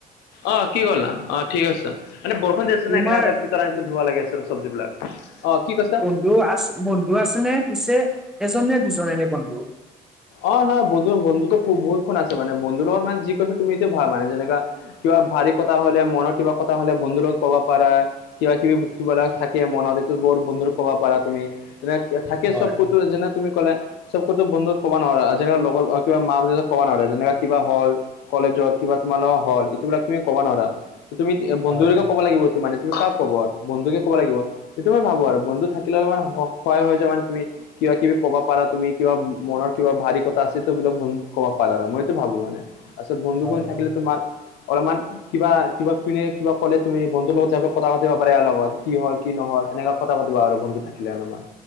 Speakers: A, on the left; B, in the centre.
A: অ, কি কলা অ, ঠিক আছে মানে বৰষুণ দি আছে আছে
B: তোমাৰ
A: না এইকাৰণে <unintelligible> আনি পেলাই ধুবা লাগি আছিল চবজি বিলাক অ, কি কৈছা?
B: দ'আছ বন্ধু আছে নে পিছে এজন নে দুজন এনে বন্ধু?
A: অ, নহয় বন্ধু -বন্ধুতো খুব বহুতখুন আছে মানে বন্ধু লগত মানে যি কৈছে তুমি এইটো ভাবা মানে যেনেকা কিবা ভাৰী কথা হ'লে মনৰ কিবা কথা হলে বন্ধুৰ লগত ক'বা পাৰা। কিবা -কিবি বস্তুবিলাক থাকে মনত এইটো বৰ বন্ধুৰ কবা পাৰা তুমি। যেনে এ থাকে
B: হয়
A: চব কতো যেনে তুমি ক'লা চব কতো বন্ধু ক'বা নোৱাৰা যেনেকা লগৰ কিবা মা <unintelligible> কবা নোৱাৰে যেনেকা কিবা হ'ল। কলেজত কিবা তোমাৰলগত হ'ল এইটোবিলাক তুমি ক'বা নোৱাৰা। তুমি বন্ধু
B: হয়
A: <unintelligible> ক'বা লাগিব এইটো মানে তুমি কাক ক'ব আৰ বন্ধুকে ক'বা লাগিব সেইটো মই ভাবো আৰু বন্ধু থাকিলেওঁ মানে সহায় হয় যাই মানে তুমি। কিবা -কিবি ক'বা পাৰা তুমি কিবা মনৰ কিবা ভাৰী কথা আছে টো এইবিলাক বন্ধুক কবা পাৰা মইতো ভাবো মানে আচল বন্ধুসুন
B: হয়
A: থাকিলে তোমাৰ অলপমান কিবা-কিবা কোনে কিবা কলে তুমি বন্ধুৰ লগত যাই কথা পাতিব পাৰে ইয়াৰ লগত কি হ'ল কি নহল এনেকা কথা পাতিবা আৰু বন্ধু থাকিলে অলমান।